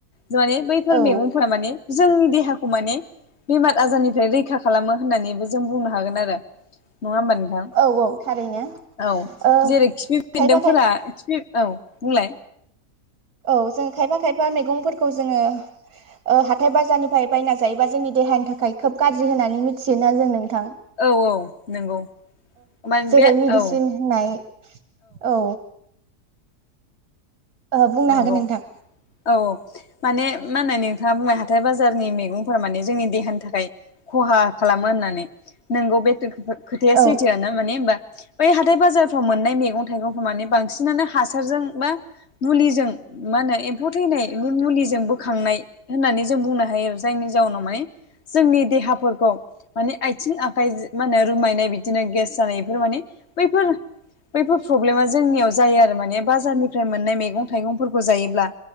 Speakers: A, on the left; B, on the right.
A: माने बैफोर
B: औ
A: मैगंफोरा माने जोंनि देहाखौ माने बेमार आजारनिफ्राय रैखा खालामो होननानैबो जों बुंनो हागोन आरो नङा होमबा नों थां
B: औ औ थारैनो
A: औ
B: ओ
A: जेरै खिफि
B: खायफा
A: बेन्दोंफोरा
B: खाय
A: खिफि औ बुंलाय
B: औ जों खायफा खायफा मैगंफोरखौ जोङो हाथाय बाजारनिफ्राय बायना जायोबा जोंनि देहानि थाखाय खोब गाज्रि होननानै मिथियोना जों नोंथां
A: औ औ नंगौ माने
B: जेरै
A: बे
B: मेडिसिन
A: औ
B: होननाय औ ओहो बुंनो
A: नंगौ
B: हागोन नोंथां
A: औ माने मा होनो नोंथाङा बुंबाय हाथाय बाजारनि मैगंफोरा माने जोंनि देहानि थाखाय खहा खालामो होननानै नोंगौ बे खोथाया
B: औ
A: सैथोआ ना माने होमबा बै हाथाय बाजारफ्राव मोननाय मैगं थाइगंफोरा माने बांसिनानो हासारजों बा मुलिजों मा होनो एम्फौ थैनायनायनि मुलिजों बोखांनाय होननानै जों बुंनो हायो आरो जायनि जाउनाव माने जोंनि देहाफोरखौ माने आथिं आखाय मा होनो रुमायनाय बिदिनो गेस जानाय बेफोर माने बैफोर बैफोर प्रब्लेमा जोंनियाव जायो आरो माने बाजारनिफ्राय मोननाय मैगं थाइगंफोरखौ जायोब्ला